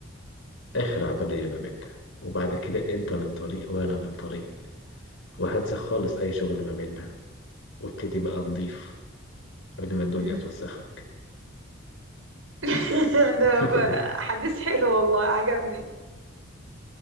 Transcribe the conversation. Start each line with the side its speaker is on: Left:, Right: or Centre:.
Left: اخر عمليه ما بيننا وبعد كده انت من طريق وانا من طريق وهنسى خالص اي شغل ما بيننا وابتدي بقى نضيف قبل ما الدنيا
Right: مم.
Left: توسخك
Right: <laughs> ده
Left: <laughs>
Right: ب- حديث حلو والله عجبني